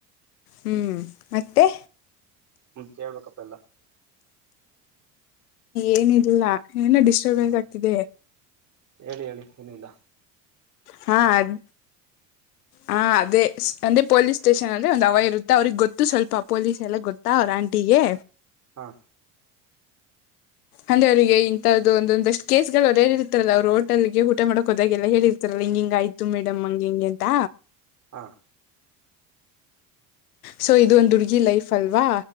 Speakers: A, on the left; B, on the right.
A: ಹ್ಮ್ ಮತ್ತೆ.
B: ಮತ್ ಎಳ್ಬೇಕಪ್ಪ ಎಲ್ಲ.
A: ಏನಿಲ್ಲ ಏನ ಡಿಸ್ಟರ್ಬೆನ್ಸ್
B: ಹ
A: ಆಗ್ತಿದೆ.
B: ಹೇಳಿ ಹೇಳಿ ಏನೂ ಇಲ್ಲ.
A: ಹಾ ಅದ ಹ ಅದೇ ಅಂದ್ರೆ ಪೊಲೀಸ್ ಸ್ಟೇಷನ್ ಅಲ್ಲಿ ಒಂದು ಅವ ಇರುತ್ತೆ ಅವ್ರಿಗೆ ಗೊತ್ತು ಸ್ವಲ್ಪ ಪೊಲೀಸ್ ಎಲ್ಲ ಗೊತ್ತ ಅವ್ರ ಆಂಟಿಗೆ.
B: ಹಾ
A: ಅಂದ್ರೆ ಅವ್ರರಿಗೆ ಇಂತದ್ದ ಒಂದೊಂದಷ್ಟ ಕೇಸ್ಗಳು ಅವ್ರು ಹೇಳಿರ್ತಾರಲ್ಲ ಅವರು ಹೋಟಲ್ ಊಟ ಮಾಡೋಕ್ದಾಗಲ್ಲ ಹೇಳಿರ್ತಾರೆ. ಹಿಂಗ ಹಿಂಗ ಆಯ್ತು ಮೇಡಮ್ ಹಂಗ ಹಿಂಗೆ ಅಂತ.
B: ಹಾ
A: ಸೊ ಇದೊಂದು ಹುಡ್ಗಿ ಲೈಫ್ ಅಲ್ವಾ